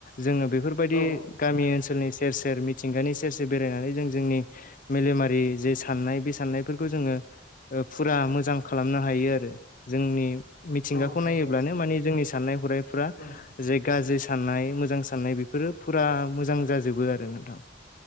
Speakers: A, on the left; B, on the left.
A: जोङो बेफोरबायदि
B: औ
A: गामि
B: नोंथां
A: ओनसोलनि सेर सेर मिथिंगानि सेरसे बेरायनानै जों जोंनि मेलेमारि जे साननाय बे साननायफोरखौ जोङो फुरा मोजां खालामनो हायो आरो जोंनि मिथिंगाखौ
B: औ नोंथां
A: नायोब्लानो
B: नंगौ
A: मानि जोंनि साननाय हनायफ्रा
B: उम
A: जे गाज्रि साननाय मोजां साननाय बेफोरो फुरा मोजां जाजोबो आरो नोंथां।